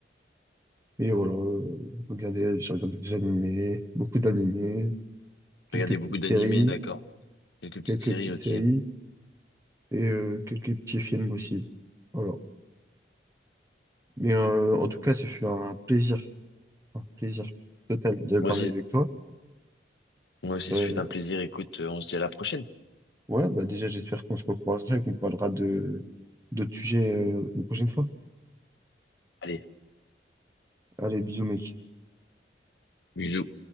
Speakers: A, on the right (about 15°); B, on the left (about 75°).
A: Mais voilà, euh, regardé, j'ai regardé des animés, beaucoup d'animés, quelques
B: Regardez
A: petites
B: beaucoup d'animés,
A: séries,
B: d'accord. Quelques petites
A: quelques
B: séries,
A: petites
B: ok.
A: séries et euh, quelques petits films aussi. Voilà. Mais euh, en tout cas, ce fut un plaisir, un plaisir total de
B: Moi
A: parler
B: aussi,
A: avec toi.
B: moi aussi,
A: Euh,
B: ce fut un plaisir. Écoute, euh, on se dit à la prochaine.
A: ouais, bah déjà, j'espère qu'on se recroisera et qu'on parlera de d'autres sujets euh, une prochaine fois.
B: Allez,
A: Allez, bisous, mec.
B: bisous.